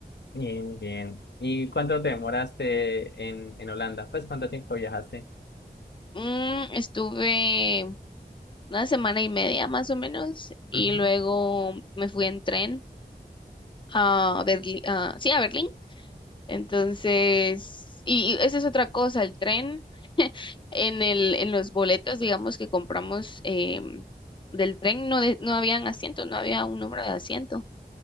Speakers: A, on the left; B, on the left.
A: Bien, muy bien. ¿Y cuánto te demoraste en, en Holanda? Pues, ¿cuánto tiempo viajaste?
B: Mm, estuve una semana y media más o menos y
A: Ujú.
B: luego me fui en tren a Berlín, sí, a Berlín. Entonces, y, y esa es otra cosa, el tren, en el, en los boletos, digamos, que compramos em, del tren, no, de- no habían asientos, no había un número de asiento.